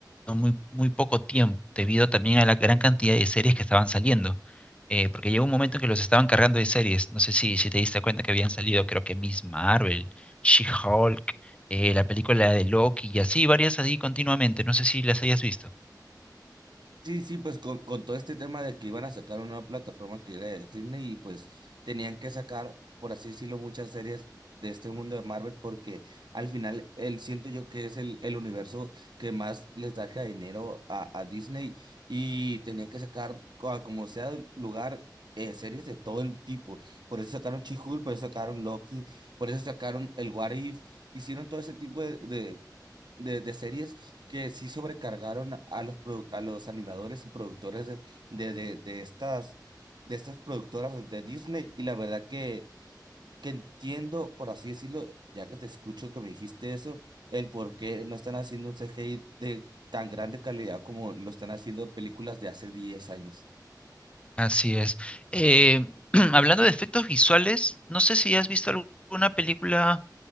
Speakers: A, on the left (about 15°); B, on the right (about 80°).
A: muy, muy poco tiempo, debido también a la gran cantidad de series que estaban saliendo. Eh, porque llegó un momento en que los estaban cargando de series. No sé si, si te diste cuenta que habían salido, creo que Miss Marvel, She-Hulk, eh, la película de Loki y así, varias así continuamente. No sé si las hayas visto.
B: Sí, sí, pues con, con todo este tema de que iban a sacar una plataforma que era de Disney y pues tenían que sacar, por así decirlo, muchas series de este mundo de Marvel porque al final él siento yo que es el, el universo que más les da dinero a, a Disney y tenían que sacar co- a como sea el lugar eh, series de todo el tipo. Por eso sacaron She-Hulk, por eso sacaron Loki, por eso sacaron el What If, hicieron todo ese tipo de, de, de series que sí sobrecargaron a los, produ- a los animadores y productores de, de, de, de estas, de estas productoras de de Disney. Y la verdad que, que entiendo, por así decirlo, ya que te escucho que me dijiste eso, el por qué no están haciendo un CGI de tan grande calidad como lo están haciendo películas de hace 10 años.
A: Así es. Eh, <clears throat> hablando de efectos visuales, no sé si has visto alguna película